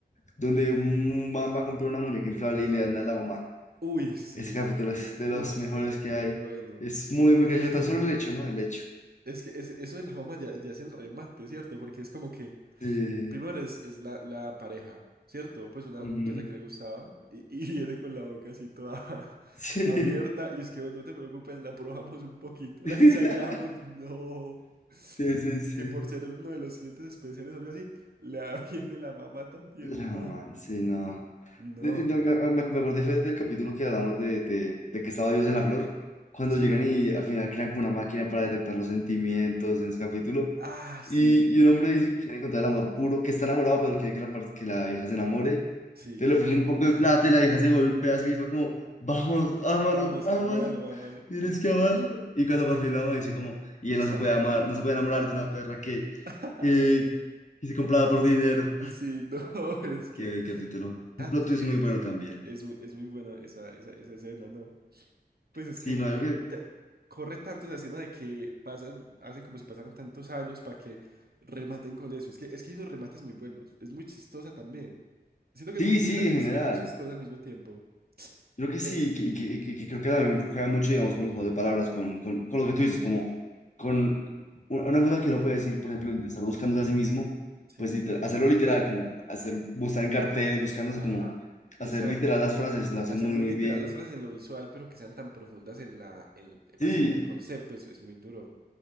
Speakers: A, on the left; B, on the right.
A: donde un man va a comprar una muñeca inflable y le dan a la mamá.
B: Uy, sí.
A: Ese capítulo es de
B: Uf,
A: los mejores
B: es
A: que
B: muy
A: hay.
B: bueno.
A: Es muy,
B: O como
A: muy
B: que,
A: gracioso,
B: <laughs>
A: tan solo el hecho, ¿no? El hecho.
B: es que es- eso de la fama ya, ya es el remate, ¿cierto? Porque es como que
A: Sí.
B: Primero es, es la, la pareja, ¿cierto? Pues una
A: ujú,
B: muchacha que le gustaba y, y <laughs> viene con la boca así toda <laughs>
A: Sí.
B: abierta y es que, bueno, no te preocupes, la probamos un poquito,
A: <laughs>
B: <laughs> la ensayamos, no.
A: Sí, sí,
B: Y
A: sí.
B: que por ser uno de los clientes especiales o algo así, la <laughs> viene la mamá también,
A: La mamá,
B: no.
A: sí, no.
B: No,
A: Eh, no,
B: ma.
A: Me, me, me acordé fue del capítulo que hablamos de, de, de que estaba Dios en la flor, cuando
B: Sí.
A: llegan y al final crean como una máquina para detectar los sentimientos en ese capítulo,
B: Ah, sí,
A: y, y un hombre dice que quiere encontrar el amor puro, que está enamorado, pero quiere que la, par- que la vieja se enamore,
B: sí.
A: te le ofrece un poco de plata y la vieja se golpea a sí misma como, vamos, ámalo,
B: Vamos,
A: ámalo,
B: amalo, amalo,
A: tienes
B: sí.
A: que amarla. Y cuando por fin la ama dice como, y
B: Esta
A: él no se puede
B: perra.
A: amar, no se puede enamorar de una perra que,
B: <laughs>
A: que, que se compraba por dinero.
B: Sí, no, es que
A: Qué buen capítulo.
B: tanto
A: Un plot twist
B: que...
A: muy bueno también.
B: Es muy, es muy bueno esa, esa, esa escena, ¿no? Pues es
A: Sí,
B: que
A: no, yo que
B: te- corre tanto esa escena de que pasan, hacen como si pasaran tantos años para que rematen con eso. Es que, es que hay unos remates muy buenos. Es muy chistosa también. Siento que
A: Sí,
B: es muy, muy
A: sí,
B: reflexiva
A: en general.
B: y muy chistosa al mismo tiempo.
A: Yo creo que
B: De...
A: sí, que, que, que- que creo que también juega mucho, digamos, con los juegos de palabras, con, con, con lo que tú dices, como con una, una cosa que uno puede decir, por ejemplo, el de estar buscándose a sí mismo,
B: Sí,
A: pues literal- hacerlo literal, como hacer, buscar en carteles, buscándose,
B: ajá,
A: como
B: exacto.
A: hacer literal las frases, lo hace
B: Hacer
A: muy,
B: muy
A: muy
B: literal
A: bien.
B: las frases en lo visual, pero que sean tan profundas en la, en, eh,
A: Sí,
B: pues, sí, en el concepto, es, es muy duro.